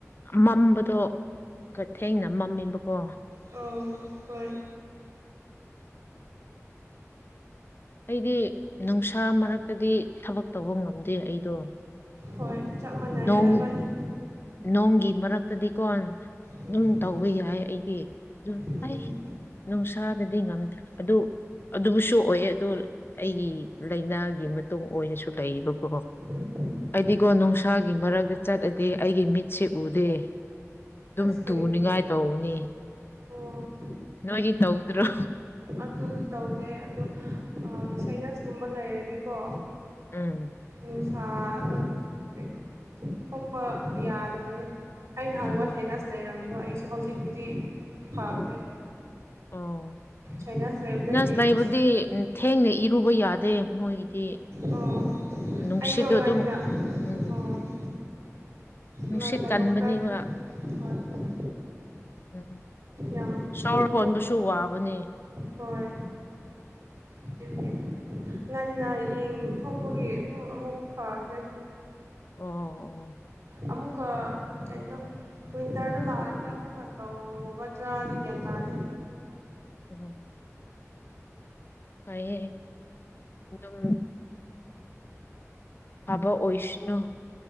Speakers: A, on the left; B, on the right.
A: ꯃꯝꯕꯗꯣ ꯈ ꯊꯦꯡꯅ ꯃꯝꯃꯦꯕꯀꯣ
B: ꯑꯣ ꯍꯣꯏ
A: ꯑꯩꯗꯤ ꯅꯨꯡꯁꯥ ꯃꯔꯛꯇꯗꯤ ꯊꯕꯛ ꯇꯧꯕ ꯉꯝꯗꯦ ꯑꯩꯗꯣ
B: ꯍꯣꯏ ꯆꯞ ꯃꯥꯟꯅꯔꯦꯗ
A: ꯅꯣꯡ
B: ꯏꯕꯥꯅꯤ
A: ꯅꯣꯡꯒꯤ ꯃꯔꯛꯇꯗꯤꯀꯣꯟ
B: ꯎꯝ
A: ꯗꯨꯝ ꯇꯧꯕ ꯌꯥꯏ ꯑꯩꯗꯤ ꯑꯗꯨꯝ
B: ꯎꯝ
A: ꯑꯩ ꯅꯨꯡꯁꯥꯗꯗꯤ ꯉꯝꯗ꯭ꯔꯦ ꯑꯗꯨ ꯑꯗꯨꯕꯨꯁꯨ ꯑꯣꯏꯌꯦ ꯑꯗꯣ ꯑꯩꯒꯤ ꯂꯩꯅꯥꯒꯤ ꯃꯇꯨꯡ ꯑꯣꯏꯅꯁꯨ ꯂꯩꯌꯦꯕꯀꯣ
B: ꯎꯝ
A: ꯑꯩꯗꯤꯀꯣ ꯅꯨꯡ ꯁꯥꯒꯤ ꯃꯔꯛꯇ ꯆꯠꯂꯗꯤ ꯑꯩꯒꯤ ꯃꯤꯠꯁꯦ ꯎꯗꯦ ꯑꯗꯨꯝ
B: ꯑꯁ ꯀꯩꯒꯤ
A: ꯇꯨꯅꯤꯡꯉꯥꯏ ꯇꯧꯅꯤ
B: ꯑꯣ
A: ꯅꯣꯏꯗꯤ ꯇꯧꯗ꯭ꯔꯣ
B: ꯑꯗꯨꯗꯤ ꯇꯧꯗꯦ ꯑꯗꯣ ꯁꯥꯏꯅꯁꯒꯨꯝꯕ ꯂꯩꯔꯗꯤꯀꯣ
A: ꯎꯝ
B: ꯎꯝ ꯁꯥ ꯑꯗꯨꯝ ꯀꯩꯅꯣ ꯊꯣꯛꯄ ꯌꯥꯗꯕꯅꯤ ꯑꯩ ꯅꯍꯥꯟꯋꯥ
A: ꯎꯝ
B: ꯁꯥꯏꯅꯥꯁ ꯂꯩꯔꯝꯃꯤꯀꯣ ꯑꯩꯁꯨ ꯍꯧꯖꯤꯛꯕꯨꯗꯤ ꯐꯈ꯭ꯔꯦ
A: ꯑꯣ
B: ꯁꯥꯏꯅꯥꯁ ꯂꯩꯕꯗꯒꯤ
A: ꯁꯥꯏꯅꯁ
B: ꯑꯩꯁ
A: ꯂꯩꯕꯨꯗꯤ ꯊꯦꯡꯅ ꯏꯔꯨꯕ ꯌꯥꯗꯦ ꯃꯣꯏꯒꯤꯗꯤ
B: ꯑꯣ
A: ꯅꯨꯡꯁꯤꯠꯗꯣ
B: ꯑꯩꯗꯣ ꯉꯟꯅ
A: ꯑꯗꯨꯝ ꯎꯝ
B: ꯑꯣ
A: ꯅꯨꯡꯁꯤꯠ
B: ꯉꯟꯅ
A: ꯀꯟꯕꯅꯦꯕ
B: ꯗꯣꯛꯇꯔ ꯍꯣꯏ ꯍꯣꯏ
A: ꯎꯝ
B: ꯌꯥꯝ
A: ꯁꯣꯔ ꯍꯣꯟꯕꯁꯨ
B: ꯑꯣ
A: ꯋꯥꯕꯅꯦ
B: ꯍꯣꯏ ꯑꯗꯨꯗꯤ ꯉꯟꯅ ꯌꯦꯡꯊꯄꯒꯤ ꯑꯇꯨ ꯑꯃꯨꯛ ꯐꯈ꯭ꯔꯦ
A: ꯑꯣ ꯑꯣ
B: ꯑꯃꯨꯀꯥ ꯀꯩꯅꯣ ꯋꯦꯟꯇꯔꯗ ꯂꯥꯛꯑꯗꯤ ꯑꯃꯨꯛꯀꯥ ꯇꯧꯒꯗꯔꯥꯗꯤ ꯒ꯭ꯌꯥꯟ ꯇꯥꯗꯦ
A: <unintelligible> <unintelligible> ꯐꯕ ꯑꯣꯏꯁꯅꯨ